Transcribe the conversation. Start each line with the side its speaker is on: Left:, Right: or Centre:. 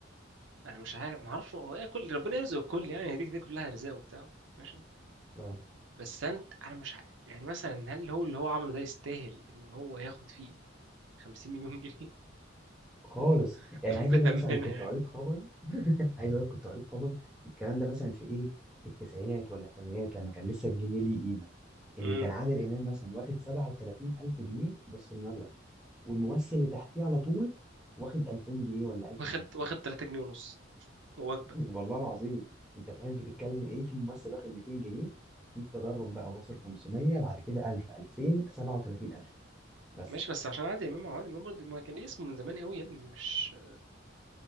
Right: انا مش عارف ما اعرفش هو ايه كل ربنا يرزق الكل يعني هديك دي كلها ارزاق وبتاع ماشي
Centre: اه
Right: بس انت انا مش عارف يعني مثلا هل هو اللي هو عمله ده يستاهل ان هو ياخد فيه 50 مليون جنيه
Centre: خالص
Right: <laughs>
Centre: يعني عايز
Right: بأمانة
Centre: اقول لك مثلا انا كنت
Right: يعني
Centre: قريت خبر <laughs> عايز اقول لك كنت قريت خبر الكلام ده مثلا في ايه في التسعينات ولا الثمانينات لما كان لسه الجنيه ليه قيمه ان
Right: امم
Centre: كان عادل امام مثلا واخد 37000 جنيه بص المبلغ والممثل اللي تحتيه على طول واخد 2000 جنيه ولا 1000
Right: واخد
Centre: جنيه
Right: واخد 3 جنيه ونص وجبة
Centre: <laughs> والله العظيم انت فاهم بتتكلم ايه في ممثل واخد 200 جنيه في التدرج بقى واصل 500 بعد كده 1000 2000 37000 بس
Right: ماشي بس عشان عادل امام أو عادل امام برضه ما كان ليه اسمه من زمان قوي يا ابني مش